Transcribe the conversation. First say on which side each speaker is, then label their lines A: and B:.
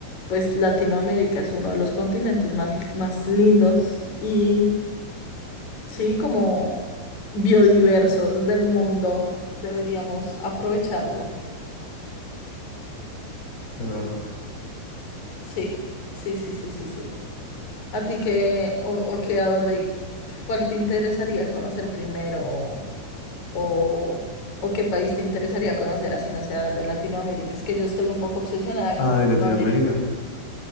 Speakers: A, on the left; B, on the left.
A: pues Latinoamérica es uno de los continentes más, más lindos y, sí, como biodiversos del mundo. Deberíamos aprovecharlo.
B: es verdad.
A: Sí, sí, sí, sí, sí, sí. ¿A ti qué, o, o qué, a dónde, qué- cuál te interesaría conocer primero? o, o qué país te interesaría conocer así no sea de Latinoamérica. Es que yo estoy un poco obsesionada con
B: Ah,
A: Latinoamérica.
B: de Latinoamérica.